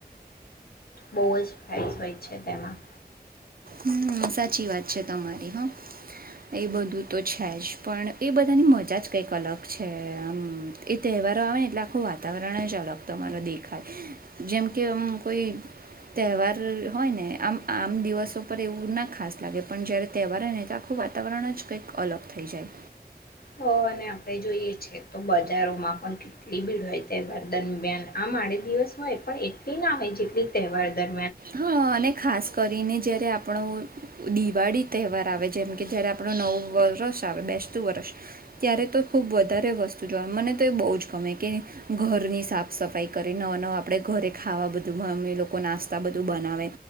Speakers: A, on the left (about 65°); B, on the right (about 60°).
A: બહુ જ પ્રાઈસ હોય છે તેમાં
B: હમ સાચી વાત છે તમારી હા એ બધું તો છે જ પણ એ બધાની મજા જ કંઈક અલગ છે આમ એ તહેવારો આવે ને એટલે આખું વાતાવરણ જ અલગ તમારો દેખાય જેમ કે આમ કોઈ તહેવાર હોય ને આમ આમ દિવસો પર એવું ના ખાસ લાગે પણ જ્યારે તહેવાર હોય ને તો આખું વાતાવરણ જ કંઈક અલગ થઈ જાય.
A: હ અને આપણે જોઈએ છેએ તો બજારોમાં પણ કેટલી ભીડ હોય તહેવાર દરમિયાન આમઆડે દિવસ હોય પણ એટલી ના હોય જેટલી તહેવાર દર
B: હા અને ખાસ કરીને જયારે આપણો દિવાળી તહેવાર આવે જેમ કે જ્યારે આપણો નવું વરષ આવે બેસતું વરષ ત્યારે તો ખૂબ વધારે વસ્તુ જોવા મને તો એ બહુ જ ગમે કે ઘરની સાફ સફાઈ કરી નવા નવા આપણે ઘરે ખાવા બધું મ એ લોકો નાસ્તા બધું બનાવે